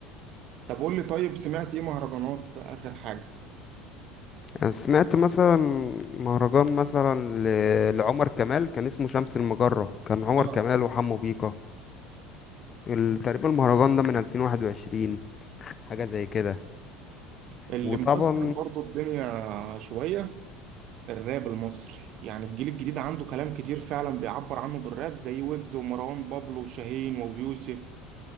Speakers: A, on the right; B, on the left.
A: طب قول لي طيب سمعت ايه مهرجانات اخر حاجة
B: انا سمعت مثلا مهرجان مثلا ل- لعمر كمال كان اسمه شمس المجرة كان عمر
A: اه
B: كمال وحمو بيكا ال- تقريبا المهرجان ده من 2021 حاجة زي كده
A: اللي
B: وطبعا
A: مكسر برضو الدنيا شوية الراب المصري يعني الجيل الجديد عنده كلام كتير فعلا بيعبر عنه بالراب زي ويجز ومروان بابلو وشاهين ويوسف